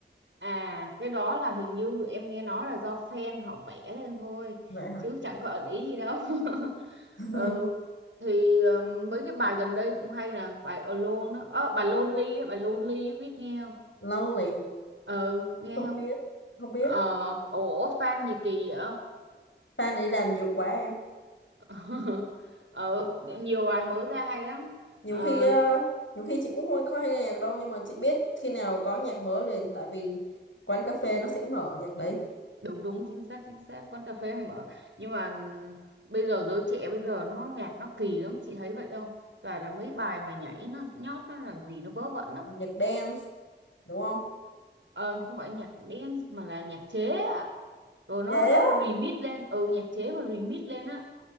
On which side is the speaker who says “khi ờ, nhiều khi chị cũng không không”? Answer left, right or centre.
Left